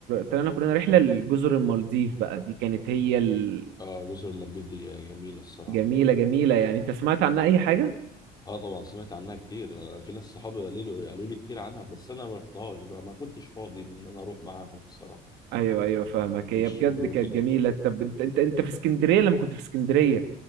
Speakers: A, on the right; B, on the left.
A: طلعنا كلنا رحله لجزر المالديف بقى دي كانت هي الجميله
B: اه جزر المالديف دي جميلة الصراحة
A: جميله جميله. يعني انت سمعت عنها اي حاجه
B: اه طبعا سمعت عنها كتير أنا في ناس صحابي قالوا لي قالوا لي كتير عنها بس انا ما رحتهاش بقى ما كنتش فاضي ان انا اروح معاهم الصراحة
A: ايوه ايوه فاهمك
B: من
A: هي
B: الشغل
A: بجد
B: وكده
A: كانت جميله طب انت انت انت في اسكندريه لما كنت في اسكندريه